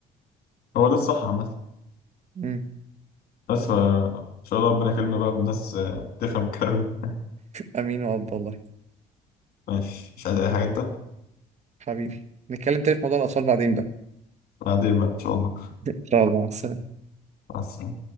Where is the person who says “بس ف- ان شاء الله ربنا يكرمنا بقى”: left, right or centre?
Left